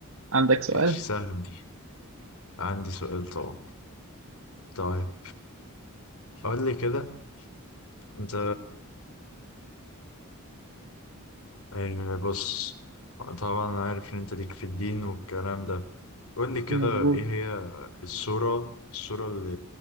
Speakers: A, on the right; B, on the left.
A: عندك سؤال؟
B: ماشي سهل دي عندي سؤال طبعا طيب قول لي كده انت يعني بص طبعا انا عارف ان انت ليك في الدين والكلام ده قول لي كده
A: مظبوط
B: ايه هي السورة السورة اللي